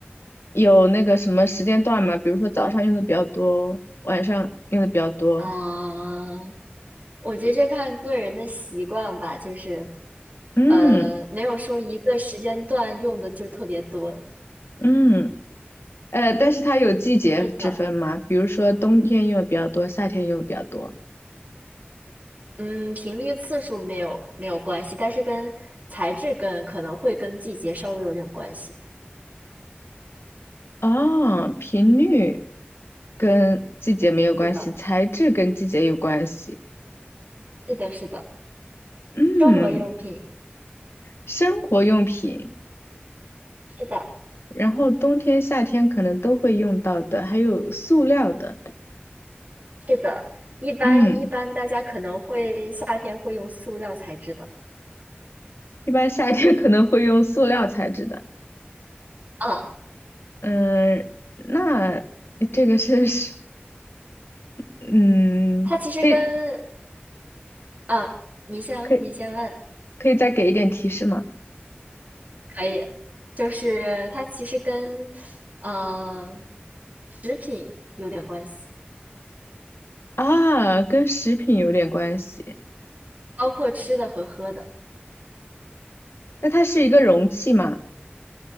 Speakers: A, on the left; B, on the right.
A: 有那个什么时间段吗？比如说早上用的比较多，晚上用的比较多。
B: 嗯，我觉得这看个人的习惯吧，就是，
A: 嗯
B: 呃，没有说一个时间段用的就特别多。
A: 嗯，呃，但是它有季节之分吗？
B: 是的，
A: 比如说冬天用的比较多，夏天用的比较多。
B: 嗯，频率次数没有没有关系，但是跟材质跟可能会跟季节稍微有点关系。
A: 哦，频率跟季节没有关系，
B: 是的，
A: 材质跟季节有关系。
B: 是的，是的，
A: 嗯，
B: 生活用品。
A: 生活用品。
B: 是的，
A: 然后冬天、夏天可能都会用到的，还有塑料的。
B: 是的，一般一般大家可能会夏天会用塑料材质的，
A: 嗯，一般夏天可能会用塑料材质的。
B: 嗯，
A: 嗯，那这个是是，嗯，
B: 它其实跟
A: 可以
B: 嗯，你先你先问，
A: 可以可以再给一点提示吗？
B: 可以，就是它其实跟呃食品有点关系，
A: 啊，跟食品有点关系。
B: 包括吃的和喝的，
A: 那它是一个容器吗？